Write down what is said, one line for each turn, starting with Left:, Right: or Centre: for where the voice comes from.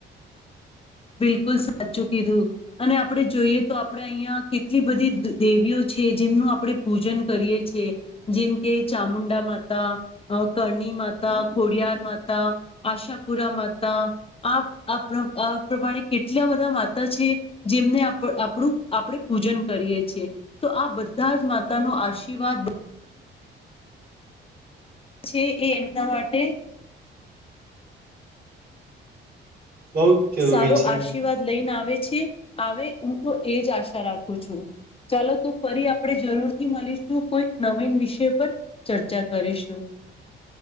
Left: બિલકુલ સાચું કીધું અને આપણે જોઈએ તો આપણેે અહિયાં કેટલી બધી દેવીઓ છે. જેમનું આપણે પૂજન કરીએ છીએ જેમ કે ચામુંડા માતા કરણી માતા ખોડિયાર માતા આશાપુરા માતા આપ પ્રમાણે કેટલા બધા માતા છે જેમને આપણું આપણે પૂજન કરીએ છીએ. તો આ બધા જ માતા નો આશીર્વાદ
Right: <inaudible>
Left: છે એ એમના માટે
Right: બહુ જ જરૂરી
Left: સારો
Right: છે.
Left: આશીર્વાદ લઈને આવે છે આવે હું તો એજ આશા રાખું છું ચાલો તો ફરી આપણે જરૂર થી મળીશું કોઈક નવીન વિષય પર ચર્ચા કરીશું.